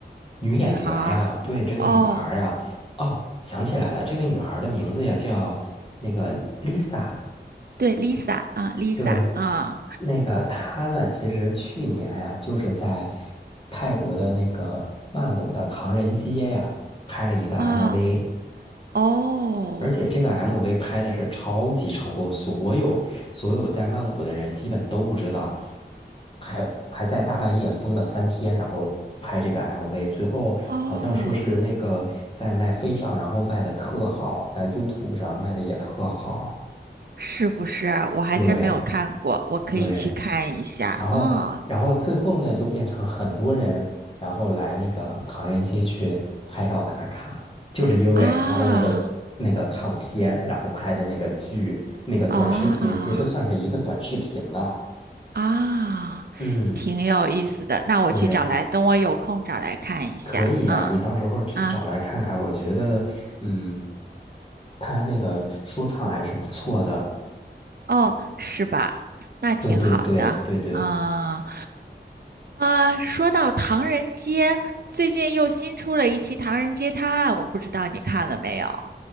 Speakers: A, on the left (about 30°); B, on the right (about 55°).
A: 女演员呀，
B: 女孩儿，
A: 对，这个女孩儿呀，
B: 哦，
A: 哦，想起来了，这个女孩儿的名字呀叫那个 Lisa。
B: 对，Lisa 啊，Lisa
A: 对，
B: 啊
A: 那个他呢，其实去年呀，就是在泰国的那个曼谷的唐人街呀，拍了一个 MV，
B: 啊，哦
A: 而且这个 MV 拍的是超级成功，所有所有在曼谷的人基本都不知道，还还在大半夜封了三天，然后拍这个 MV，最后好像说是那个在奈飞上，
B: 哦，
A: 然后卖的特好，在 YouTube 上卖的也特好，
B: 是不是？我还真没有看过，
A: 对
B: 我可以去看一下啊
A: 对。然后，然后最后呢，就变成很多人，然后来那个唐人街去拍照打卡，就是因为他的那个那个唱片，
B: 啊
A: 然后拍的那个剧，那个短视频，
B: 啊
A: 其实算是一个短视频了。
B: 啊，
A: 嗯，
B: 挺有意思的。那我去找来，
A: 对，
B: 等我有空找来看一下啊
A: 可以呀，你到时候去找来看看，
B: 啊。
A: 我觉得，嗯，他那个说唱还是不错的。
B: 哦，是吧？那挺好的啊。
A: 对对对对对。
B: 啊，说到唐人街，最近又新出了一期《唐人街探案》，我不知道你看了没有？